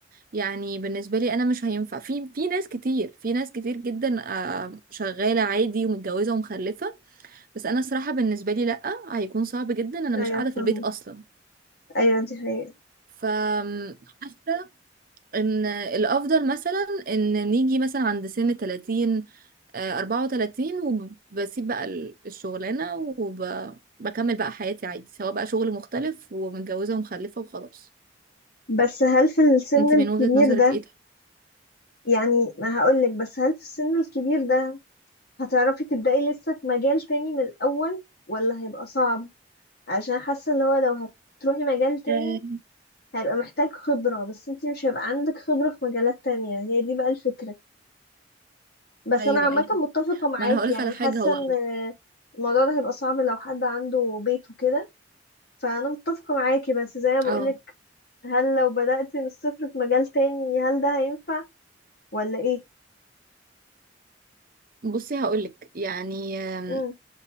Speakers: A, on the right; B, on the left.
A: يعني بالنسبه لي انا مش هينفع في في ناس كتير في ناس كتير جدا آه، شغاله عادي ومتجوزه ومخلفه بس انا الصراحه بالنسبه لي لا هيكون صعب جدا انا
B: ايوه
A: مش قاعده
B: فاهمة
A: في البيت اصلا
B: ايوه دي حقيقة
A: فحاسه ان الافضل مثلا ان نيجي مثلا عند سن 30 آه، 34 وبسيب بقى ال- الشغلانه وبكمل بقى حياتي عادي سواء بقى شغل مختلف ومتجوزه ومخلفه وخلاص
B: بس هل في السن
A: انت
B: الكبير
A: من وجهة نظرك
B: ده
A: ايه ده
B: يعني ما هقولك بس هل في السن الكبير ده هتعرفي تبدأي لسه في مجال تاني من الاول ولا هيبقى صعب عشان حاسة اللي هو لو هتروحي مجال تاني
A: آه،
B: هيبقى محتاج خبرة بس انتي مش هيبقى عندك خبرة في مجالات تانية هي دي بقى الفكرة بس
A: ايوه
B: انا عامة
A: ايوه
B: متفقة معاكي
A: ما انا هقولك
B: يعني
A: على حاجة
B: حاسة
A: هو
B: ان الموضوع ده هيبقى صعب لو حد عنده بيت وكده فانا متفقة معاكي بس زي ما بقولك
A: اه
B: هل لو بدأتي من الصفر في مجال تاني هل ده هينفع ولا ايه
A: بصي هقولك يعني آم،
B: امم